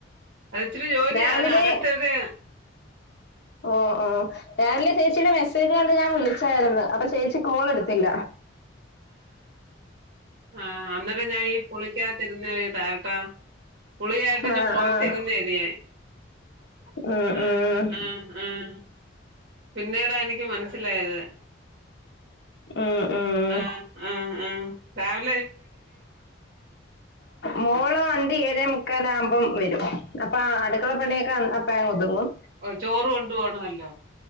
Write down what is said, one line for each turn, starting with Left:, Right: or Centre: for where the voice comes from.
Right: അത് ഇച്ചിരി ജോലിയാന്
Left: രാവിലെ
Right: അകത്തെത്
Left: ഓ ഓ രാവിലെ ചേച്ചിയ്ടെ മെസ്സേജ് കണ്ട് ഞാൻ വിളിച്ചായിര്ന്ന്. അപ്പൊ ചേച്ചി കോൾ എടുത്തില്ല.
Right: ആ അന്നേരം ഞാൻ ഈ പൂളിക്കാ യിതിരുന്ന്ട്ടാ ട്ടാ പുളിയായിട്ട്
Left: ആ
Right: ന് പുറത്തിരുന്നേത്
Left: ആ
Right: ഞാൻ
Left: ഉം
Right: ആഹ
Left: ഉം
Right: ആഹ ആഹ പിന്നീടാ എനിക്ക് മനസിലായത്
Left: ഉം ഉം
Right: ആഹ ആഹ് ആഹ് രാവ്
Left: മോളോ വണ്ടി ഏഴേ മുക്കാല ആവ് മ്പ അപ്പം വരും. അപ്പാ അട്ക്കള പണിയൊക്കെ അപ്പഴ ഒതുങ്ങും
Right: ചോറ് കൊണ്ട് പോണമല്ലോ